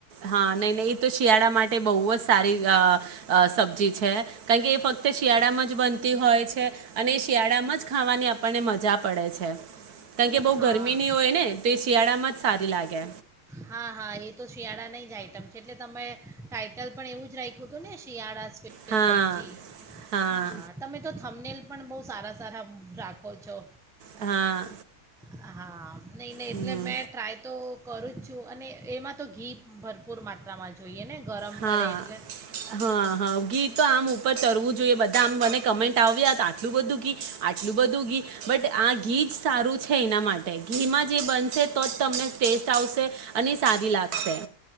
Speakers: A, on the right; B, in the centre.
A: હા નહીં નહીં એ તો શિયાળા માટે બહુ જ સારી અ અ સબ્જી છે કારણ કે એ ફક્ત શિયાળામાં જ બનતી હોય છે અને એ શિયાળામાં જ ખાવાની આપણને મજા પડે છે. કારણ કે બહ
B: હા
A: ગરમીની હોય ને તો એ શિયાળામાં જ સારી લાગે.
B: હા હા એ તો શિયાળાની એટલે તમે ટાાઈટલ પણ એવું જ રાખ્યું હતું ને શિયાળા
A: હા
B: સબ્જી
A: હા
B: હ તમે તો થમ્બનેલ પણ બહુ સારા સારા રાખો છો.
A: હા.
B: હા. નહીં નહીં
A: હમ
B: એટલે મેં ટ્રાય તો કરું જ છું. અને એમાં તો ઘી ભરપૂર માત્રામાં જોઈએ ને. ગરમ
A: હા
B: પડે એટલે
A: હા હા, ઘી. તો આમ ઉપર તરવું જોઈએ. બધા આમ મને કમેન્ટ આવ્યા આટલું બધું ઘી, આટલું બધું ઘી. બટ, આ ઘી જ સારું છે. એના માટે ઘીમાં જે બનશે તો જ તમને ટેસ્ટ આવશે. અને સારી લાગશે.